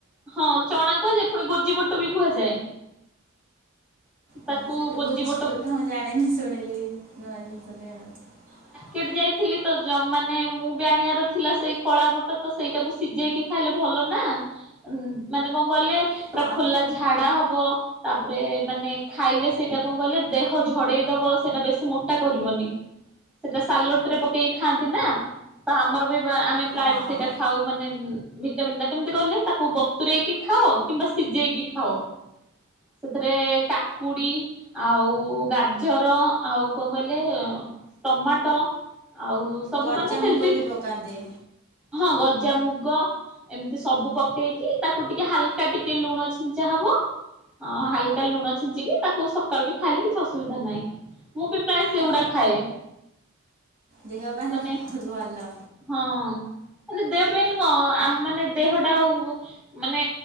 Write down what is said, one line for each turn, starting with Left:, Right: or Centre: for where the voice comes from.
Centre: ହଁ ଚଣା କୁହ ଯେ ପୁଣି ଗୋଜି ବଟ ବି କୁହାଯାଏ
Right: ହଁ
Centre: ତାକୁ
Right: ସେ
Centre: ଗୋଜି
Right: ବୁଝ
Centre: ବୋଟ
Right: ଫଟ ମୁଁ ଜାଣିନି ଶୁଣିଲି ନୂଆ ଜିନିଷ ଟେ ଆଉ
Centre: କେଟ ଯାଇଥିଲି ତ ମାନେ ମୁଁ ବି ଆଣିବାର ଥିଲା ସେଇ ଖଳା ବୁଟ ତ ସେଇଟାକୁ ସିଝେଇକି ଖାଇଲେ ଭଲ ନା ଉ ମାନେ କଣ କହିଲେ
Right: ହଁ
Centre: ପୁରା ଖୋଲା ଝାଡା ହବ ତାପରେ ମାନେ ଖାଇଲେ ସେଇଟା କଣ କହିଲେ ଦେହ ଝଡେଇ ଦବ ସେଇଟା ବେଶୀ ମୋଟା କରିବନି ସେଟା ସାଲୋଟ ରେ ପକେଇକି ଖାଆନ୍ତି ନା ତ ଆମର ବି ଆମେ
Right: ହଁ
Centre: ପ୍ରାୟ ବି ସେଇଟା ଖାଉ ମାନେ ପଣ୍ଡ କେିତି କହେ ତାକୁ ବତୁରଇକି ଖାଅ କିମ୍ବା ସିଝେଇକି ଖାଅ ସେଥିରେ କାକୁଡି ଆଉ ଗାଜର ଆଉ କଣ କହିଲେ ଟମାଟୋ ଆଉ ସବୁ
Right: ଗଜା
Centre: ମାନେ ହେଲଦି
Right: ମୁଗ ବି ପକାନ୍ତି।
Centre: ହଁ ଗଜାମୁଗ ଏମିତି ସବୁ ପ କେଇକି ତାକୁ ଟିକେ ହାଲକା ଟିକେ ଲୁଣ ଛିଞ୍ଚା ହବ ହାଲକା ଲୁଣ ଛିଞ୍ଚିକି ତାକୁ ସକାଳୁ ବି ଖାଇଲେ କିଛି ଅସୁବିଧା ନାହିଁ ମୁଁ ବି ପ୍ରାୟ ସେଇଗୁଡା
Right: ତା
Centre: ଖାଏ
Right: ଦେହ ପାଇଁ ସେଇଟା
Centre: ମାନେ
Right: ବୋହୁତ ଭଲ।
Centre: ହଁ ମାନେ ଦେହ ପାଇଁଲେ କଣ ଆ ଆମ ମାନେ ଦେହଟା ଆଉ। ମାନେ